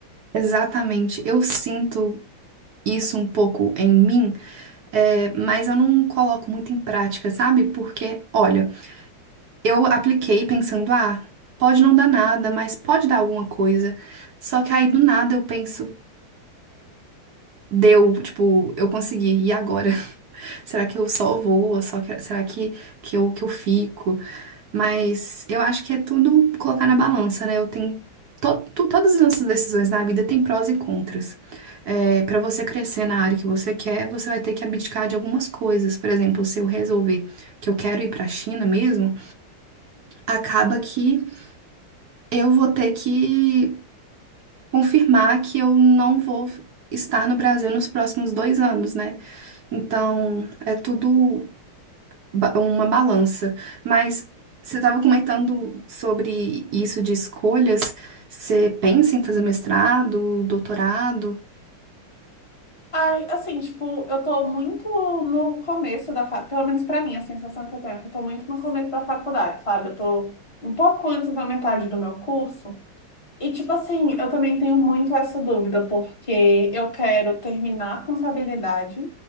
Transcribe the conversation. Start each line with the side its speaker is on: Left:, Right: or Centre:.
Right: Exatamente, eu sinto isso um pouco em mim, é, mas eu não coloco muito em prática, sabe? Porque, olha, eu apliquei pensando, ah, pode não dar nada, mas pode dar alguma coisa. Só que aí do nada eu penso, deu, tipo, eu consegui, e agora? <laughs> Será que eu só vou? Ou Só que- será que, que eu, que eu fico? Mas eu acho que é tudo colocar na balança, né? Eu tenho to- tu- todas as nossas decisões na vida têm prós e contras. É, para você crescer na área que você quer, você vai ter que abdicar de algumas coisas. Por exemplo, se eu resolver que eu quero ir para a China mesmo, acaba que eu vou ter que confirmar que eu não vou estar no Brasil nos próximos dois anos, né? Então, é tudo ba- uma balança. Mas você estava comentando sobre isso de escolhas. Você pensa em fazer mestrado, doutorado?
Left: Ai, assim, tipo, eu tô muito no começo da faculdade, pelo menos pra mim, a sensação que eu tenho é que eu tô muito no começo da faculdade, sabe? Eu tô um pouco antes da metade do meu curso. E, tipo assim, eu também tenho muito essa dúvida, porque eu quero terminar com contabilidade,